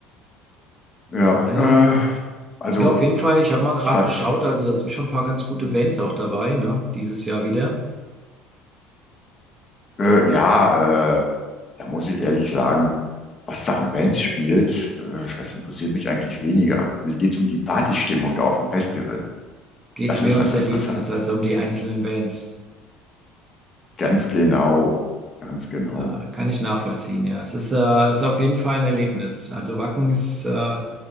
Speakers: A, on the left; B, on the right.
A: Ja,
B: Naja.
A: äh, also
B: Ja, auf jeden Fall. Ich habe mal gerade
A: ich war
B: geschaut, also da sind schon ein paar ganz gute Bands auch dabei, ne? Dieses Jahr wieder.
A: Äh, ja, äh, da muss ich ehrlich sagen, was da an Bands spielt, äh, das interessiert mich eigentlich weniger. Mir geht's um die Partystimmung da auf dem Festival.
B: Geht
A: Das
B: mehr
A: ist
B: ums
A: das Interessante.
B: Erlebnis als um die einzelnen Bands.
A: Ganz genau, ganz genau.
B: Äh, kann ich nachvollziehen, ja. Es ist, äh, ist auf jeden Fall ein Erlebnis. Also Wacken ist, äh,